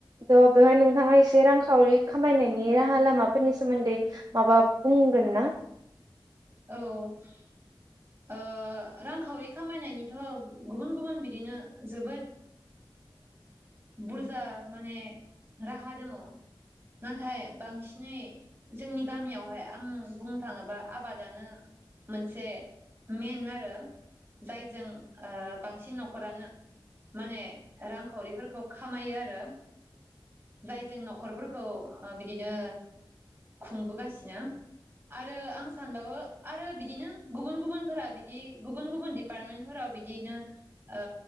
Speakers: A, on the right; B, on the right.
A: थ' बेवहाय नोंथाङा एसे रांखावरि खामायनायनि राहा लामाफोरनि सोमोन्दै माबा बुंगोन ना?
B: औ ओ रांखावरि खामायनायनिथ' गुबुन गुबुन बिदिनो जोबोद बुरजा माने राहा दङ'। नाथाय बांसिनै जोंनि गामियावहाय आं बुंनो थाङोबा आबाद दानो मोनसे मेन आरो जायजों बांसिन न'ख'रानो माने रांखावरिफोरखौ खामायो आरो। जाय जों न'खरफोरखौ ओ बिदिनो खुंबोगासिनो आरो आं सानबावो आरो बिदिनो गुबुन गुबुनफोरा बिदि गुबुन गुबुन डिपार्टमेन्टफोराव बिदिनो ओ